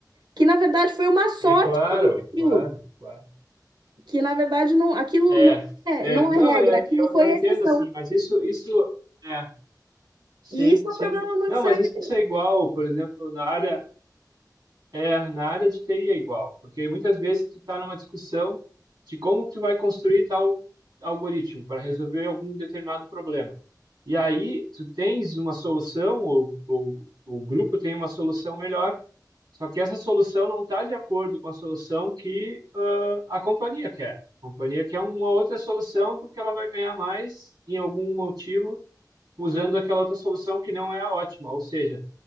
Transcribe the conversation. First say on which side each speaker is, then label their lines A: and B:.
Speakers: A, on the right; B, on the right.
A: que na verdade foi uma sorte
B: É claro,
A: conseguir aquilo,
B: claro, claro.
A: que na verdade não, aquilo
B: É,
A: não é,
B: é,
A: não
B: não,
A: é regra,
B: é,
A: aquilo
B: eu,
A: foi
B: eu entendo
A: exceção.
B: assim, mas isso, isso, é, sim,
A: E isso é
B: sim.
A: um problema muito
B: Não,
A: sério.
B: mas isso é igual, por exemplo, na área, é, na área de TI é igual, porque muitas vezes tu está numa discussão de como que tu vai construir tal algoritmo para resolver algum determinado problema. E aí tu tens uma solução, ou, ou o grupo tem uma solução melhor, só que essa solução não está de acordo com a solução que ah, a companhia quer. A companhia quer uma outra solução porque ela vai ganhar mais em algum motivo usando aquela outra solução que não é a ótima. Ou seja,